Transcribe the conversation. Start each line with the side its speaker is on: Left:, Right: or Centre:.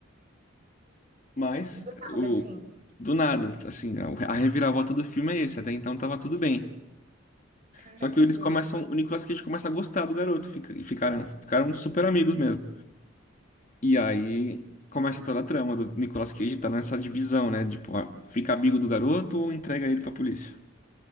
Left: Mas,
Right: Do nada,
Left: o,
Right: assim.
Left: do nada, assim, a a reviravolta do filme é esse. Até então tava tudo bem.
Right: Caramba.
Left: Só que eles começam, o Nicolas Cage começa a gostar do garoto, fica- e ficaram, ficaram super amigos mesmo. E aí começa toda a trama do Nicolas Cage tá nessa divisão, né? Tipo, ah, fica amigo do garoto ou entrega ele pra polícia?